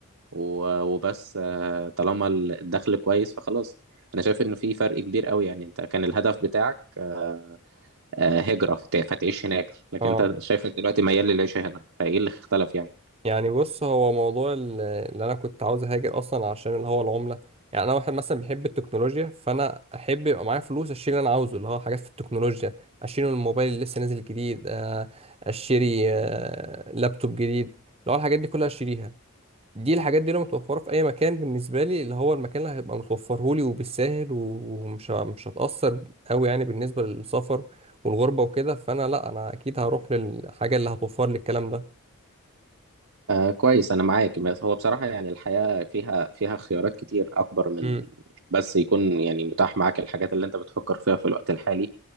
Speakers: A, on the right; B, on the right.
A: و- وبس آه، طالما الدخل كويس فخلاص انا شايف انه في فرق كبير قوي يعني انت كان الهدف بتاعك آه، آه، هجرة فت- فتعيش هناك
B: <laughs>
A: لكن
B: أه
A: انت شايفك دلوقتي ميال للعيشة هنا فايه اللي اختلف يعني
B: يعني بص هو موضوع ال- اللي أنا كنت عاوز أهاجر أصلا عشان اللي هو العملة يعني أنا واحد مثلا بيحب التكنولوجيا فأنا أحب يبقى معايا فلوس أشتري اللي أنا عاوزه اللي هو حاجات في التكنولوجيا أشتري الموبايل اللي لسه نازل جديد آه، أشتري آه، لابتوب جديد اللي هو الحاجات دي كلها أشتريها دي الحاجات دي لو متوفرة في أي مكان بالنسبة لي اللي هو المكان اللي هيبقى متوفرهولي وبالساهل و- ومش ه- مش هتأثر أوي يعني بالنسبة للسفر والغربة وكده فأنا لأ أنا أكيد هروح للحاجة اللي هتوفر لي الكلام ده
A: آه كويس أنا معاك بس هو بصراحة يعني الحياة فيها فيها اختيارات كتير أكبر من
B: امم
A: بس يكون يعني متاح معاك الحاجات اللي أنت بتفكر فيها في الوقت الحالي